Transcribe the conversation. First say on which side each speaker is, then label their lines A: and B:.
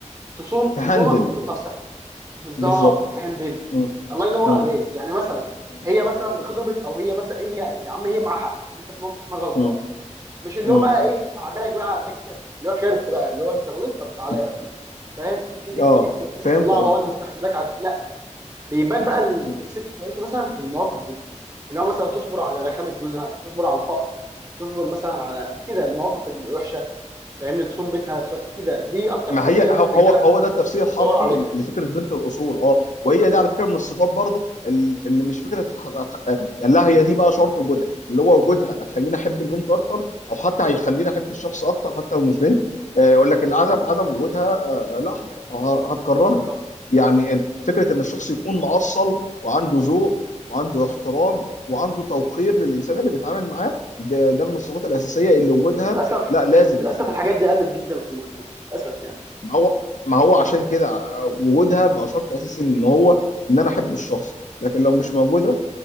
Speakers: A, on the right; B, on the left.
A: تصون
B: تهندل
A: تصونك وتصون نفسها بالظبط
B: بالظبط
A: تتهندل
B: م.
A: الله ينور
B: م.
A: عليك يعني مثلا
B: م.
A: هي مثلا غضبت او هي مثلا هي يا عم هي معاها حق انت في موقف ما غلطان
B: م.
A: مش اللي
B: م.
A: هو بقى ايه قعدلك بقى على تكه اللي هو كارت بقى اللي هو انت غلطت طب تعالى
B: م.
A: يا ابني فاهم تك تك
B: اه
A: تك وتقوم
B: فهمت
A: مطلعه
B: قصدي
A: بقى وانا مستحملك على... لا بيبان بقى ال-
B: م.
A: الست كويسه مثلا في المواقف دي اللي هو مثلا تصبر على رخامه جوزها تصبر على الفقر تصبر مثلا على كده المواقف الوحشه فاهمني تصوم بيتها تصوم... كده دي اكتر
B: ما
A: حاجه
B: هي
A: تقريبا
B: هو
A: الرجاله
B: هو هو ده التفسير الحرفي
A: دوروا عليها
B: لفكره بنت الاصول اه وهي دي على فكره من الصفات برضو ال- اللي مش فكره اتح- اتح- يعني لا هي دي بقى شرط وجودها اللي هو وجودها هتخليني احب البنت اكتر او حتى هيخليني احب الشخص اكتر حتى لو مش بنت آه، يقول لك العدم عدم وجودها آه، لا هت- ه- هتكرهني
A: بالظبط
B: يعني ال- فكره ان الشخص يكون مؤصل وعنده ذوق وعنده احترام وعنده توقير للانسان اللي بيتعامل معاه ده ده من الصفات الاساسيه اللي وجودها
A: وللاسف
B: لا لازم
A: للاسف الحاجات دي قلت جدا في المجتمع للاسف يعني
B: ما هو ما هو عشان كده ع- وجودها بقى شرط اساسي ان هو ان انا احب الشخص لكن لو مش موجوده
A: بالظبط